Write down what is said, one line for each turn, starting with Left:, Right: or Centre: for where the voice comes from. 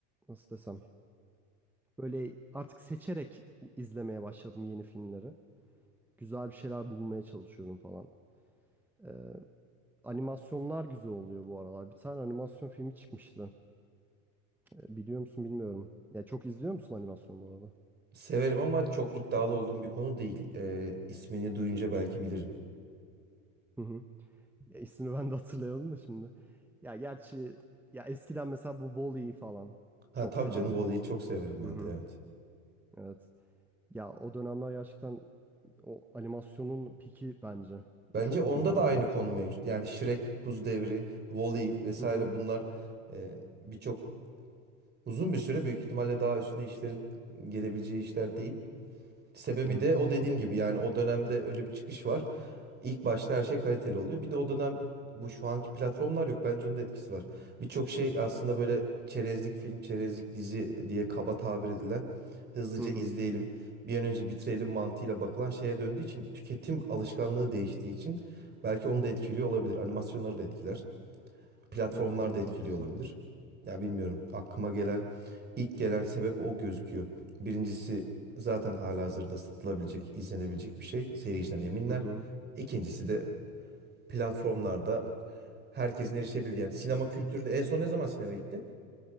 Centre: nasıl desem böyle artık seçerek izlemeye başladım yeni filmleri. Güzel bir şeyler bulmaya çalışıyorum falan. Ee, Animasyonlar güzel oluyor bu aralar. Bir tane animasyon filmi çıkmıştı. E, Biliyor musun bilmiyorum. Ya çok izliyor musun animasyon bu arada?
Right: Severim ama çok iddialı olduğum bir konu değil. E, ismini duyunca belki bilirim.
Centre: Hı hı. Ya ismini ben de hatırlayalım da şimdi. Ya gerçi ya eskiden mesela bu Wall-E falan
Right: Ha
Centre: çok
Right: tabii
Centre: severdim.
Right: canım Wall-E'yi çok severim ben
Centre: Hı hı.
Right: de evet.
Centre: Evet. Ya o dönemler gerçekten o animasyonun piki bence
Right: Bence
Centre: çok
Right: onda
Centre: güzeldi.
Right: da aynı konu mevcut. Yani Shrek, Buz Devri, Wall-E vesaire
Centre: Hı hı.
Right: bunlar e, birçok uzun bir süre büyük ihtimalle daha üstüne işlerin gelebileceği işler değil. Sebebi
Centre: Evet,
Right: de o dediğim
Centre: kesinlikle.
Right: gibi yani o dönemde öyle bir çıkış var. İlk başta her şey kaliteli oluyor. Bir de o dönem bu şu anki platformlar yok. Bence onun da etkisi var. Birçok şey aslında böyle çerezlik film, çerezlik dizi diye kaba tabir edilen hızlıca
Centre: Hı hı.
Right: izleyelim, bir an önce bitirelim mantığıyla bakılan şeye döndüğü için tüketim alışkanlığı değiştiği için belki onu da etkiliyor olabilir. Animasyonları da etkiler platformlar
Centre: Evet, evet
Right: da etkili
Centre: haklısın.
Right: olabilir. Ya bilmiyorum. Aklıma gelen ilk gelen sebep o gözüküyor. Birincisi zaten halihazırda satılabilecek, izlenebilecek bir şey. Seyirciden eminler.
Centre: Hı hı.
Right: İkincisi de platformlarda herkesin erişebildiği. Yani sinema kültürü de en son ne zaman sinemaya gittin?